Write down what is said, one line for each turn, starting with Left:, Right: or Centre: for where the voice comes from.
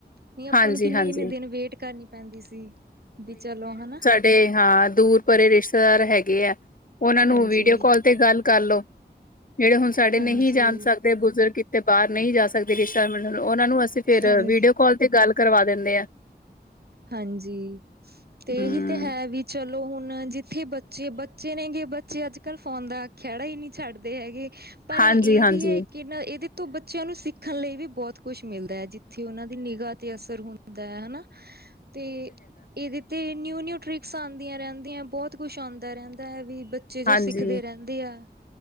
Right: ਨਹੀਂ ਆਪਾਂ
Left: ਹਾਂਜੀ
Right: ਨੂੰ ਕਿੰਨੇ
Left: ਹਾਂਜੀ
Right: ਕਿੰਨੇ ਦਿਨ ਵੇਟ ਕਰਨੀ ਪੈਂਦੀ ਸੀ, ਵੀ ਚਲੋ ਹਨਾ।
Left: ਤੇ ਹਾਂ ਦੂਰ ਪਰੇ ਰਿਸ਼ਤੇਦਾਰ ਹੈਗੇ ਐ, ਉਹਨਾਂ ਨੂੰ
Right: ਹਾਂਜੀ।
Left: ਵੀਡੀਓ ਕਾਲ। ਤੇ ਗੱਲ ਕਰਲੋ, ਜਿਹੜੇ ਹੁਣ। ਸਾਡੇ
Right: ਹਾਂਜੀ,
Left: ਨਹੀਂ ਜਾ ਸਕਦੇ ਬਜੂਰਗ ਕਿਥੇ ਬਾਹਰ ਨਹੀਂ ਜਾ ਸਕਦੇ ਰਿਸ਼ਤੇਦਾਰ ਨੂੰ ਮਿਲਣ, ਉਹਨਾਂ ਨੂੰ ਅਸੀਂ ਫਿਰ
Right: ਹਾਂਜੀ,
Left: ਵੀਡੀਓ ਕਾਲ ਤੇ ਗਲ। ਕਰਵਾ ਦਿੰਦੇ ਆਂ।
Right: ਹਾਂਜੀ ਤੇ
Left: ਹਮ
Right: ਏਹੀ ਤੇ ਹੈ, ਵੀ ਚਲੋ। ਹੁਣ ਜਿੱਥੇ ਬੱਚੇ, ਬੱਚੇ ਨੇਗੇ ਬੱਚੇ ਅੱਜ ਕੱਲ ਫੋਨ ਦਾ ਖਹਿੜਾ ਹੀ ਨਹੀਂ ਛੱਡਦੇ ਹੈਗੇ। ਪਰ
Left: ਹਾਂਜੀ
Right: ਏਹ
Left: ਹਾਂਜੀ
Right: ਵੀ ਹੈ। ਇਹਦੇ ਤੋਂ ਬੱਚਿਆਂ ਨੂੰ ਸਿੱਖਣ ਲਈ ਵੀ ਬਹੁਤ ਕੁਛ ਮਿਲਦਾ ਹੈ, ਜਿੱਥੇ ਉਹਨਾਂ ਦੀ ਨਿਗਾਹ 'ਤੇ ਅਸਰ ਹੁੰਦਾ ਹੈ ਨਾ।
Left: <inaudible>
Right: ਤੇ ਏਦੇ। ਤੇ ਨਿਊ ਨਿਊ ਟ੍ਰਿਕਸ ਆਉਂਦੀਆਂ ਰਹਿੰਦੀਆਂ ਬਹੁਤ ਕੁਛ ਆਉਂਦਾ ਰਹਿੰਦਾ ਹੈ, ਵੀ ਬੱਚੇ ਜੋ
Left: ਹਾਂਜੀ
Right: ਸਿੱਖਦੇ ਰਹਿੰਦੇ। ਦੇ ਐ,